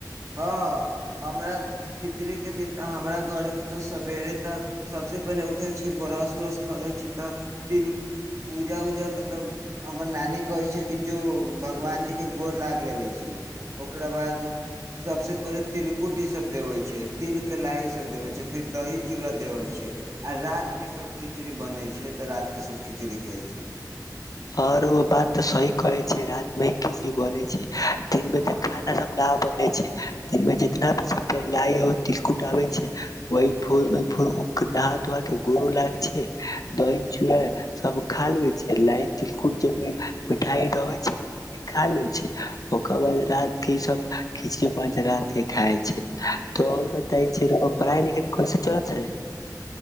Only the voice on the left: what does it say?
ओर ओ बात तऽ सही कहै छै रात मे खसी बने छै दिन मे त खाना सब न बने छै दिन मे जितना भी सब गाइ ओ तिलकुट आबै छै ओहि भोर मे भोर नहा धोआ के गोरो लाग छै द दही चुड़ा सब खा लियै छलै तिलकुट जे भी मिठाईठबै छै ने ओ भी खा लै छै ओकर बाद रात के सब खिचड़ी प रात के खाइ छै तऽ र‌उआ बताय छै पढ़ाई लिखाई कैसन चलै छै